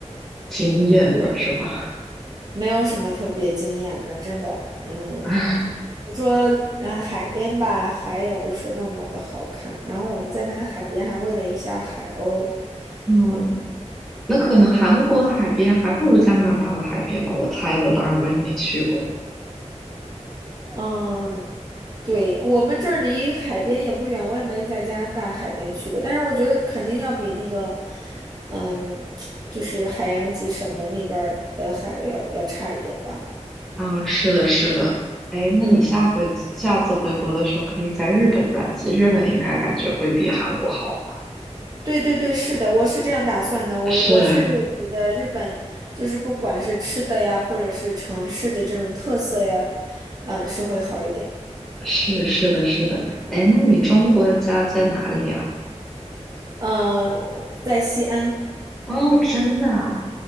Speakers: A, in the centre; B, on the right.
A: 惊艳的，
B: 嗯，对，
A: 是吧？
B: 没有什么特别惊艳的，真的，嗯，
A: <laughs>
B: 你说呃海边吧，海也不是那么的好看，然后我们在那个海边还喂了一下海鸥，
A: 嗯，
B: 嗯
A: 那可能韩国的海边还不如加拿大的海边吧，
B: 嗯。
A: 我猜的，当然我也没去过。
B: 嗯，对，我们这儿离海边也不远，我也没在加拿大海边去过，但是我觉得肯定要比那个，嗯，就是海洋几省的那边儿的海要要差一点吧。
A: 嗯，是的，是的。哎，那你下回下次回国的时候，
B: 嗯，
A: 可以在日本转机，日本应该感觉会比韩国好玩。
B: 对对对，是的，我是这样打算的。我我是觉得日本就是不管是吃的呀，
A: 是
B: 或者是城市的这种特色呀，嗯，是会好一点。
A: 是是的，是的。哎，那你中国的家在哪里啊？
B: 嗯嗯，我在西安。
A: 哦，真的啊